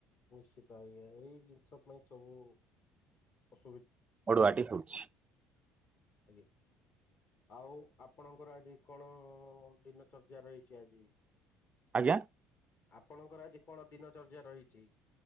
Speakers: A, on the left; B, on the right.
A: ନିଶ୍ଚିତ ଆଜ୍ଞା ଏଇ ଜିନିଷ ପାଇଁ ସବୁ ଅସ୍
B: ଅଡ଼ୁଆଟି ହେଉଛି।
A: ଆଜ୍ଞା। ଆଉ ଆପଣଙ୍କର ଆଜି କଣ ଦିନ ଚର୍ଯ୍ୟା ରହିଚି ଆଜି?
B: ଆଜ୍ଞା?
A: ଆପଣଙ୍କର ଆଜି କଣ ଦିନ ଚର୍ଯ୍ୟା ରହିଚି?